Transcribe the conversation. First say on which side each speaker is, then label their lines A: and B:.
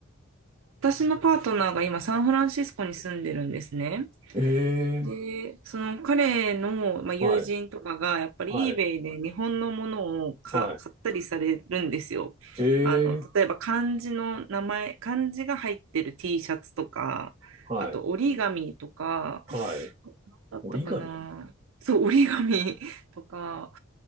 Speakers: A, on the right (about 65°); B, on the right (about 25°).
A: 私のパートナーが今サンフランシスコに住んでるんですね。
B: ええ。
A: で、その彼の、まあ、友人とかがやっぱり
B: はい。はい。
A: eBay で日本のものをか買ったりされるんですよ。
B: はい。ええ。
A: あの、例えば漢字の名前、漢字が入ってる T シャツとか、
B: はい。
A: あと折り紙とか、
B: はい。
A: だったかな。
B: 折り紙
A: そう、折り紙 <laughs> とか、